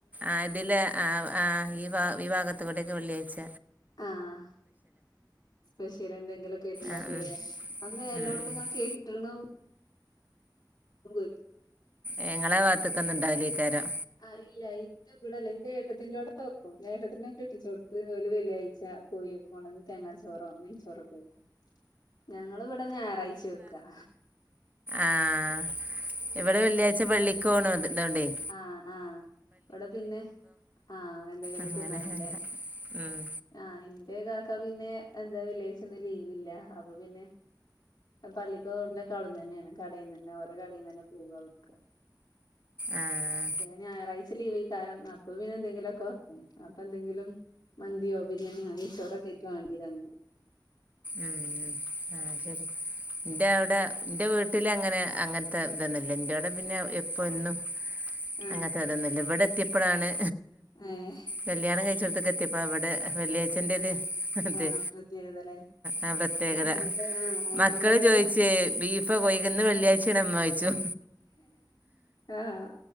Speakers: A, on the right; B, on the left.
A: ആഹ്, ഇതിലെ ആഹ് ആഹ് ഈ ഭാ ഈ ഭാഗത്ത്കൂടിഒക്കെ വെള്ളിയായ്ച്ച
B: ആഹ് സ്പെഷ്യല് എന്തെങ്കിലൊക്കേയ്ട്ട് ണ്ടാക്കൂലേ?
A: ആഹ് ഉം
B: അന്ന് എല്ലോട്ത്തും
A: ഉം ഉം
B: ഇങ്ങനെ കേട്ട്ണു <unintelligible> <unintelligible>
A: ഏഹ് ങ്ങളാ ഭാത്ത്ക്കൊന്നും ണ്ടാവുലെയ്ക്കാരം.
B: അറിഇല്ല <unintelligible> ഇവടല്ല ന്റെ ഏട്ടത്തിന്റൊടക്ക വെക്കും ഏട്ടത്തിനേ കെട്ടിച്ചോട്ത്ത് ഓല് വെള്ളിയായ്ച്ചാ പോയി കൊണ്ടന്ന് തേങ്ങാ ചോറൊ നെയ്ചോറൊക്ക വെക്കും. ഞങ്ങള് വടെ ഞാറായ്ച്ചേ വെക്ക്ആ.
A: ആഹ് ഇവടെ വെള്ളിയായ്ച പള്ളീക്കൊണോ ത് ദോണ്ടേയ്
B: ആഹ് ആഹ് ഇവടെ പിന്നെ ആഹ് എന്തേങ്കിലും
A: അങ്ങനെ
B: ത് ന്നാന്ലെ.
A: ഉം
B: ആഹ് എന്റെ കാക്ക പിന്നെ എന്താ വെള്ളിയായ്ച്ചന്നും ലീവില്ല അപ്പൊ പിന്നെ പള്ളീക്ക് <unintelligible> അവ്ട്ന്നന്നേണ് കടേന്നന് ഓലെ കടീന്നന്നേ പോവ്വാ അവ്ട്ക്ക്.
A: ആഹ്.
B: ഞായറായ്ച്ച ലീവയ്കാരം അപ്പ പിന്നെന്തെങ്കിലൊക്ക വക്കും. അപ്പൊ എന്തെങ്കിലും മന്തിയോ ബിരിയാണിയോ നെയ്ച്ചോറക്കായ്റ്റ് വാണ്ടിരും അന്ന്.
A: ഉം ആഹ് ശെരി ദവടെ ൻ്റെ വീട്ടില് അങ്ങനെ അങ്ങൻത്തെ തൊന്നുല്ല ന്റൊടെ പിന്നെ എപ്പോ എന്നും
B: ആഹ്
A: അങ്ങൻത്ത തൊന്നുല്ല ബടെത്തിയപ്പളാണ്
B: ഏഹ്.
A: കല്യാണം കയ്ച്ചോട്ത്ത്ക്ക് എത്തിയപ്പളാ വടെ വെള്ളിയായ്ച്ചന്റെര് അതെ
B: ആഹ് പ്രത്യേകതല്ലേ
A: ആഹ് പ്രത്യേകത
B: അയ്ങ്ങോണ്ട് ആഹ് അയ്ങ്ങോണ്ടെന്താ
A: മക്കള് ചോയ്ച്ചേ ബീഫ് പ്പൊ <unintelligible> ന്ന് വെള്ളിയായ്ച്ചേണോ മ്മായ്ച്ചും.
B: ആഹ്